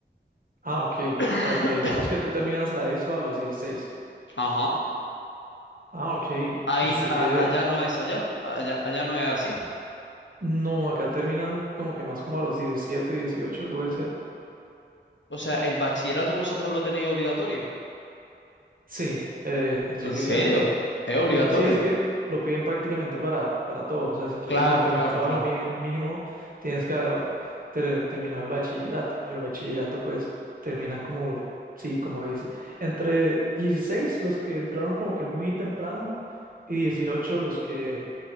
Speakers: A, on the right (about 50°); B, on the left (about 85°).
A: Ah, ok.
B: <coughs>
A: O sea, que digamos que tú terminas la ESO a los 16.
B: Ajá.
A: Ah, ok.
B: Ahí,
A: Pensé
B: a-
A: que
B: allá no es allá, allá, allá no es así.
A: no, acá terminan como que más como a los 17, 18, puede ser.
B: O sea, el bachillerato vosotros lo tenéis obligatorio.
A: Sí, eh, es
B: ¿En
A: obligatorio
B: serio?
A: también.
B: ¿Es obligatorio?
A: Sí, es que lo piden prácticamente para, para todo. O sea, si quieres
B: Claro,
A: buscar
B: claro,
A: un trabajo
B: claro.
A: mini- mínimo, tienes que haber ter- terminado el bachillerato. Y el bachillerato, pues, terminas como, sí, como dice, entre 16 los que entraron como que muy temprano, y 18 los que